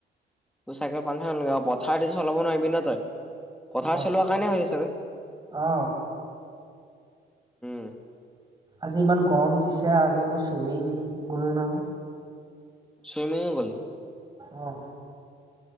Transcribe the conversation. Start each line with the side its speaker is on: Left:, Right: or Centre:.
Centre: তোৰ চাইকেল খন পামচাৰ হ'ল নিকি? অ' পথাৰেদি চলাব নোৱাৰিবি ন তই। পথাৰত
Right: অ
Centre: চলোৱা কাৰণে হৈছে চাগে?
Right: অ
Centre: উম।
Right: আজি ইমান গৰম দিছে, আজি মই চুইমিং গলো নহয়।
Centre: চুইমিং গ'লি?
Right: উঁ!